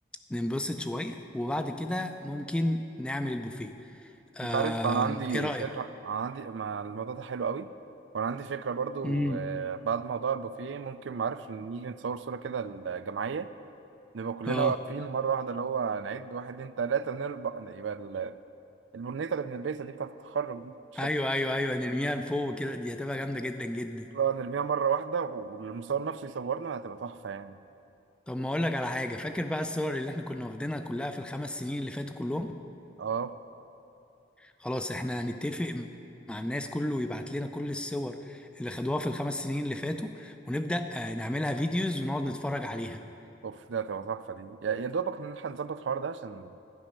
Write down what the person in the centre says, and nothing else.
ننبسط شوية وبعد كده ممكن نعمل البوفيه آه،
إيه رأيك؟
مم.
اه
ايوه ايوه ايوه نرميها لفوق كده دي هتبقى جامده جدا جدا
طب ما اقول لك على حاجه فاكر بقى الصور اللي احنا كنا واخدينها كلها في الخمس سنين اللي فاتوا كلهم
خلاص احنا هنتفق مع الناس كله يبعت لنا كل الصور اللي خدوها في الخمس سنين اللي فاتوا ونبدا آه، نعملها فيديوز ونقعد نتفرج عليها